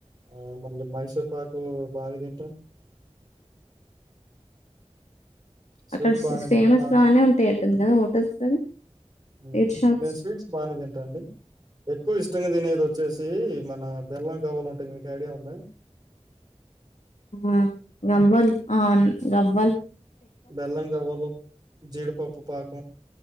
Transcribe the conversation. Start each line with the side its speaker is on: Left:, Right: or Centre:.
Right: ఆ మళ్ళీ మైసూర్ పాకు బాగా తింటా స్వీట్
Left: అక్కడ స్
Right: బాగానే
Left: ఫేమస్
Right: తింటా నాకు
Left: లానే ఉంటాయి అట్టుంది కదా హోటల్స్ అవి
Right: మ్మ్
Left: స్వీట్ షాప్స్
Right: నేన్ స్వీట్స్ బాగానే తింటా అండి ఎక్కువ ఇష్టంగా దీని ఏది వచ్ వచ్చేసి మన బెల్లం కావాల ఉంటాయి మీకు ఐడియా ఉందా
Left: ఆ గమ్బ ఆవు గవ్వల్
Right: బేల్లంగవ్వలు జీడిపప్పు పాక